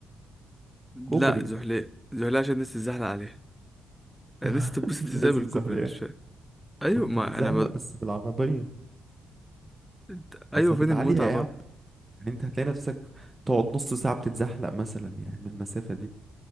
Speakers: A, in the centre; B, on the right.
A: لا
B: كوبري
A: زحليقة زحليقة عشان الناس تتزحلق عليها الناس
B: <laughs>
A: تتبسط
B: لازم
A: ازاي بالكوبري
B: زحلية
A: أنا مش فاهم ايوه
B: ما انت
A: ما
B: هتتزحلق
A: انا ب...
B: بس بالعربية
A: أنت-
B: بس
A: ايوه
B: هتبقى
A: فين المتعة
B: عالية
A: برضه
B: أوي يعني انت هتلاقي نفسك تقعد نص ساعة بتتزحلق مثلا يعني من المسافة دي